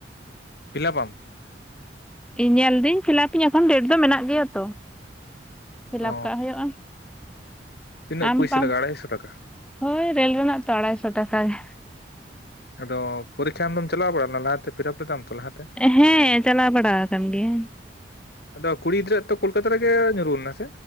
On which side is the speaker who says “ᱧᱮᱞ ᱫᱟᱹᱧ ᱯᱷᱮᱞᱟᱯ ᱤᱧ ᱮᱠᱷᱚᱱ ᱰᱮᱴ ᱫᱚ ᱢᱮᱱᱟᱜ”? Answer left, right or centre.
Centre